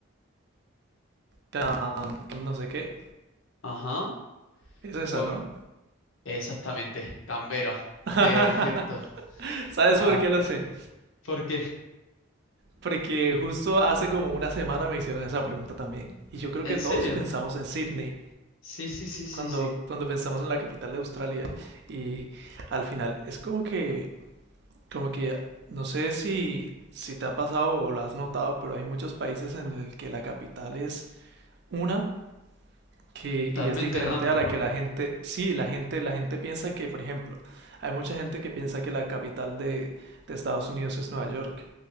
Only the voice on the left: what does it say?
Ajá.
Pues
exactamente, Canberra.
Perfecto.
Ah,
¿por qué?
¿En
serio?
Sí, sí, sí, sí,
sí.
Totalmente
random,
¿no?